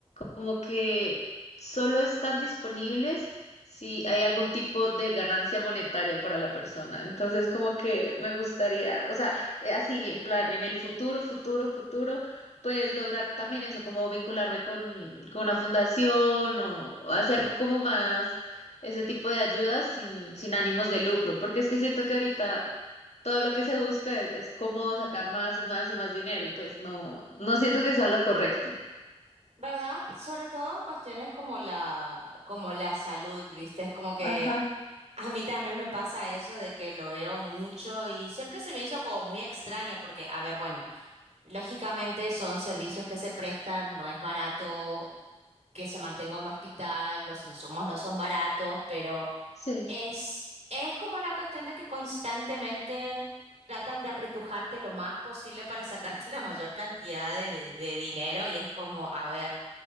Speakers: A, on the left; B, on the right.
A: como que solo están disponibles si hay algún tipo de ganancia monetaria para la persona. Entonces, como que me gustaría, o sea, eh, así, en plan, en el futuro, futuro, futuro, pues lograr también eso, como vincularme con, con una fundación o hacer como más ese tipo de ayudas sin, sin ánimos de lucro, porque es que siento que ahorita... Todo lo que se busca es, es cómo sacar más y más y más dinero, y pues no, no siento que sea lo correcto.
B: ¿verdad? Sobre todo en cuestiones como la, como la salud, ¿viste? Es como que
A: Ajá,
B: a mí también me pasa eso de que lo veo mucho y siempre se me hizo como muy extraño porque, a ver, bueno, lógicamente son servicios que se prestan, no es barato que se mantenga un hospital, los insumos no son baratos, pero
A: sí.
B: es, es como una cuestión de que constantemente tratan de apretujarte lo más posible para sacarte <laughs> la mayor cantidad de, de de dinero y es como, a ver.